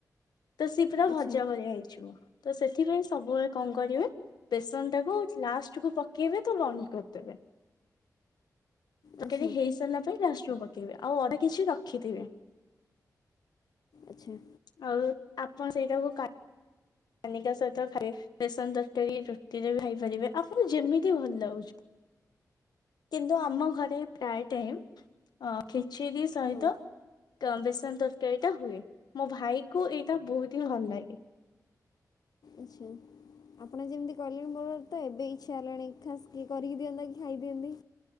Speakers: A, on the left; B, on the left.
A: ତ ସିଏ ପୁରା
B: ଆଚ୍ଛା
A: ଭଜା ଭଳିଆ ହେଇଯିବ। ତ ସେଥିପାଇଁ ସବୁବେଳେ କଣ କରିବେ ବେସନ ଟାକୁ ଲାଷ୍ଟ କୁ ପକେଇବେ ତ ବନ୍ଦ କରିଦେବେ। ତରକାରି
B: ଆଚ୍ଛା
A: ହେଇସାରିଲା ପାରେ ଲାଷ୍ଟକୁ ପକେଇବେ। ଆଉ ଅଳ୍ପ କିଛି ରଖିଥିବେ।
B: ଆଚ୍ଛା।
A: ଆଉ ଆପଣ ସେଇଟାକୁ କା କାନିକା ସହିତ ଖାଇବେ। ବେସନ ତରକାରୀ ରୁଟିରେ ବି ଖାଇପାରିବେ। ଆପଣଙ୍କୁ ଯେମିତି ଭଲ ଲାଗୁଛି। କିନ୍ତୁ ଆମ ଘରେ ପ୍ରାୟ ଟାଇମ୍ ଖିଚୁଡ଼ି ସହିତ
B: ହଁ
A: ବେସନ ତରକାରୀ ଟା ହୁଏ। ମୋ ଭାଇ କୁ ଏଇଟା ବୋହୁତ୍ ହିଁ ଭଲ ଲାଗେ।
B: ଆଛା। ଆପଣ ଯେମିତି କହିଲେଣି ମୋର ତ ଏବେ ଇଚ୍ଛା ହେଲାଣି ଖାସ୍ କିଏ କରିକି ଦିଅନ୍ତା କି ଖାଇଦିଅନ୍ତି।